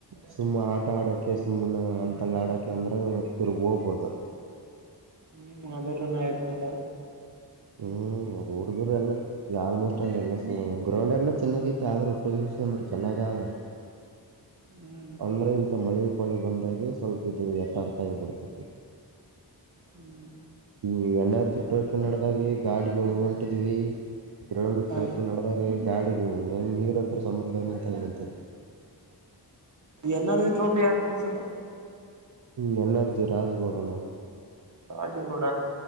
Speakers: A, on the right; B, on the right.
A: ಸುಮ್ಮನೆ ಆಟ ಆಡೋಕ್ಕೆ ಸುಮ್ಮ್ನೆ ಅಂತಲ್ಲ ಆಡೋಕ್ಕೆ ಅಂದ್ರೆ ಇವ್ರಗ ಹೋಗ್ಬೋದು
B: ಹ್ಮ್ ಮಾದರ ನ ಆಯ್ತ್ು ನಡ
A: ಹ್ಮ್ ರೋಡ್ಗ ಎಲ್ಲ ಈ ಆಲ್ಮೋಸ್ಟ್ ಅಲ್ಲಿೆಲ್ಲ ಗ್ರೌಂಡ್ ಎಲ್ಲ ಚೆನ್ನಾಗಿತ್ತು ಆದ್ರೆ ಉಪಯೋಗಿಸಕಂದ್ರ ಚೆನ್ನಾಗ ಅ <inaudible>
B: ಹ್ಮ್
A: ಅಂದ್ರೆ ಇಂಥ ಮಳೆ ಪಾಳಿ ಬಂದಾಗೆ ಸ್ವಲ್ಪ ಇದು ಯಥಾರ್ಥ ಆಗಿಬ ಬಿಡ್ತೈತಿ
B: ಹ್ಮಞ
A: ಇವು ಎನ್ ಆರ್ಜಿ ಟ್ರೈಫಿ ನಡೆದಾಗಿೆ ಗಾಡಿ ಒ ಹೊಂಟಿದ್ವಿ ಗ್ರೌಂಡ್
B: ಹ
A: ಫಿ ನಡೆದಾಗ ಗಾಡಿ ನೀರಂತರ ಸಮ್ರದಂತ ನಿಂತದು
B: ಎನ್ ಆರ್ ಜಿ ಟ್ರೋಫಿ ಯಾರು ಮಾಡ್ಸರಿ
A: ಇ ಎನ್ರ್ಜಿ ರಾಜಜುಗೋಡನು
B: ರಾಜಾಜಗೋಡ